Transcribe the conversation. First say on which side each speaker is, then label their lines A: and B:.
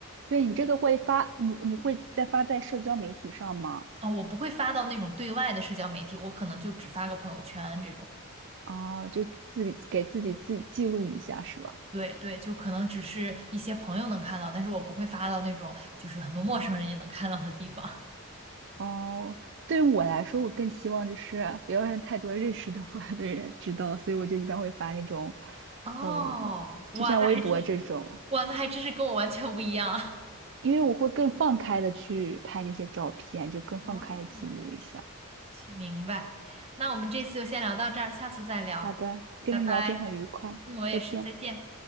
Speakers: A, on the right; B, on the right.
A: 对，你这个会发，你你会再发在社交媒体上吗？
B: 啊，我不会发到那种对外的社交媒体，我可能就只发个朋友圈这种。
A: 啊，就自己给自己自己记录一下是吧？
B: 对对，就可能只是一些朋友能看到，但是我不会发到那种就是很多陌生人也能看到的地方。
A: 哦，对于我来说，我更希望就是不要让太多认识的我的人知道，所以我就一般会发那种，
B: <laughs> 哦，
A: 呃，
B: 哇，
A: 就像微博这种，
B: 那还真是，哇，那还真是跟我完全不一样。
A: 因为我会更放开的去拍那些照片，就更放开地记录一下。
B: <laughs> 哦，行明白。那我们这次就先聊到这儿，下次再聊，
A: 好的，跟你聊天很愉快，
B: 拜拜。嗯，我也是，
A: 再见。
B: 再见。